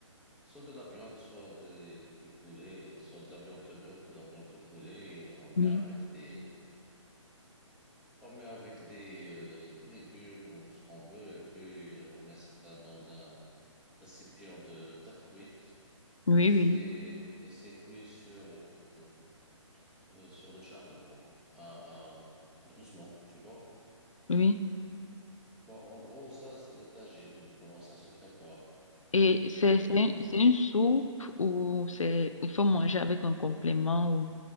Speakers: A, in the centre; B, on the left (about 75°).
A: soit de la viande, soit des- du poulet, soit de la viande de bœuf ou de la viande de poulet. On met
B: Oui,
A: avec des, on met avec des, euh, des légumes ou ce qu'on veut, et puis euh, on met ça dans un récipient de terre cuite
B: oui,
A: et c'est
B: oui,
A: et c'est cuit sur euh, euh, sur le charbon à, à- doucement, tu vois.
B: oui.
A: Bon, en gros, ça c'est le tagine. Comment ça se prépare?
B: Et c'est,
A: Et oui,
B: c'est, un- c'est une soupe ou c'est, il faut manger avec un complément ou